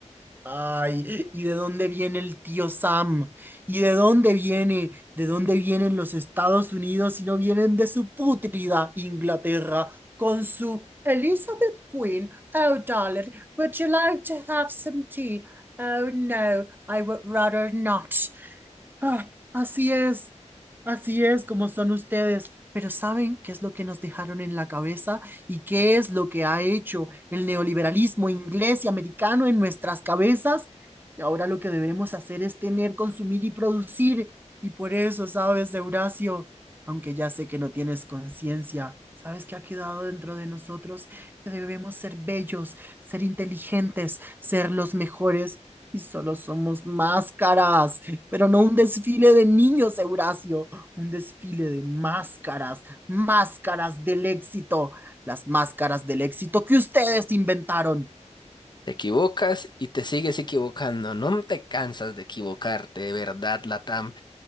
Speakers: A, on the right; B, on the left.
A: Ay, ¿y de dónde viene el tío Sam? ¿Y de dónde viene? ¿De dónde vienen los Estados Unidos si no vienen de su pútrida Inglaterra con su Elizabeth Queen? Oh, darling, would you like to have some tea? Oh, no, I would rather not. Ah, así es, así es como son ustedes. Pero ¿saben qué es lo que nos dejaron en la cabeza y qué es lo que ha hecho el neoliberalismo inglés y americano en nuestras cabezas? Y ahora lo que debemos hacer es tener, consumir y producir. Y por eso, ¿sabes, Eurasio? Aunque ya sé que no tienes conciencia, ¿sabes qué ha quedado dentro de nosotros? Que debemos ser bellos, ser inteligentes, ser los mejores y solo somos máscaras pero no un desfile de niños, Eurasio, un desfile de máscaras, máscaras del éxito, las máscaras del éxito que ustedes inventaron.
B: Te equivocas y te sigues equivocando. No te cansas de equivocarte, de verdad, Latam.